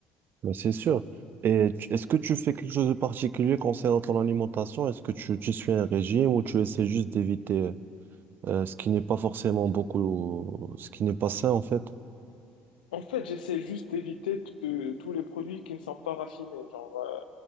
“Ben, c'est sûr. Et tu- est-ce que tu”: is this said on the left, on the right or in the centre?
Right